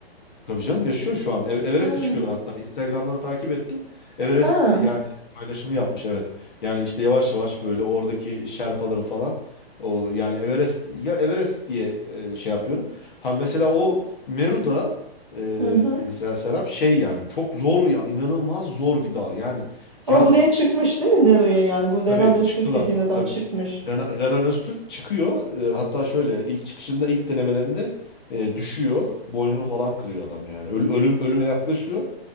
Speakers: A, on the left; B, on the right.
A: Tabii canım yaşıyor şu an. E- Everest'e
B: Ha.
A: çıkıyorlar hatta. Instagram'dan takip ettim. Everest
B: Aa.
A: yani paylaşımı yapmış evet. Yani işte yavaş yavaş böyle oradaki şerpaları falan. O yani Everest ya Everest diye e, şey yapıyorum. Ha mesela o Meru'da e,
B: Hı hı.
A: mesela Serap şey yani çok zor ya inanılmaz zor bir dağ. Yani
B: Ama
A: ya
B: buraya çıkmış değil mi Nero'ya yani? Bu Renan
A: Tabii
B: Öztürk
A: çıktılar.
B: dediğin adam
A: Tabii.
B: çıkmış.
A: Renan, Renan Öztürk çıkıyor. E, hatta şöyle ilk çıkışında ilk denemelerinde e, düşüyor. Boynunu falan kırıyor adam yani. Öl- ölüm ölüme yaklaşıyor.